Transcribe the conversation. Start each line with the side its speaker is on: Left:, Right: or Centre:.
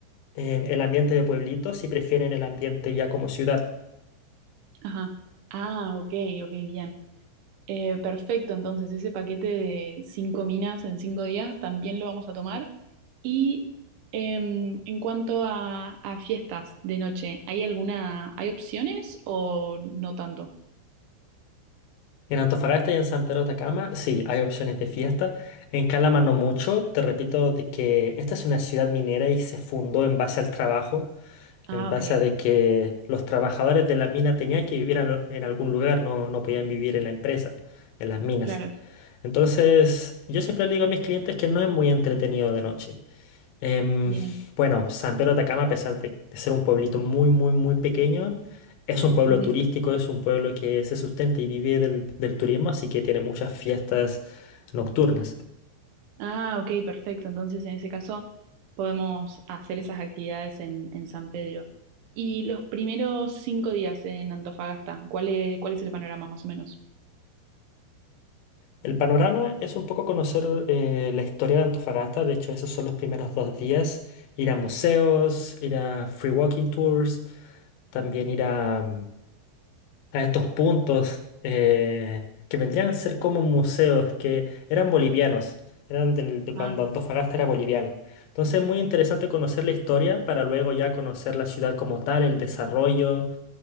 Left: eh, el ambiente de pueblitos si prefieren el ambiente ya como ciudad.
Right: Ajá. Ah, ok, ok, bien. Eh, perfecto, entonces ese paquete de cinco minas en cinco días también lo vamos a tomar. Y em, en cuanto a, a fiestas de noche, ¿hay alguna, hay opciones o no tanto?
Left: En Antofagasta y en San Pedro de Atacama, sí, hay opciones de fiesta. En Calama no mucho. Te repito de que esta es una ciudad minera y se fundó en base al trabajo,
Right: Ah,
Left: en base
Right: ok,
Left: a de que los trabajadores de la mina tenían que vivir al- en algún lugar, no, no podían vivir en la empresa, en las minas.
Right: claro,
Left: Entonces, yo siempre le digo a mis clientes que no es muy entretenido de noche. Em,
Right: bien.
Left: bueno, San Pedro de Atacama, a pesar de, de ser un pueblito muy, muy, muy pequeño, es un pueblo
Right: Ujú.
Left: turístico, es un pueblo que se sustenta y vive del, del turismo, así que tiene muchas fiestas nocturnas.
Right: Ah, ok, perfecto. Entonces, en ese caso, podemos hacer esas actividades en, en San Pedro. Y los primeros cinco días en Antofagasta, ¿cuál es, cuál es el panorama más o menos?
Left: El panorama es un poco conocer eh, la historia de Antofagasta, de hecho esos son los primeros dos días, ir a museos, ir a free walking tours, también ir a, a estos puntos eh, que vendrían a ser como museos, que eran bolivianos, eran del- de
Right: Ah,
Left: cuando Antofagasta era boliviano. Entonces es muy interesante conocer la historia para luego ya conocer la ciudad como tal, el desarrollo,